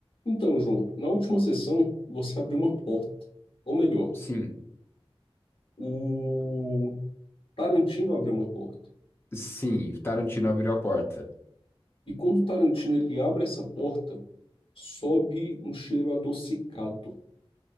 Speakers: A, on the left; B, on the left.
A: Então, João, na última sessão você abriu uma porta. Ou melhor,
B: Sim,
A: o Tarantino abriu uma porta.
B: sim, Tarantino abriu a porta.
A: E quando o Tarantino ele abre essa porta, sobe um cheiro adocicado,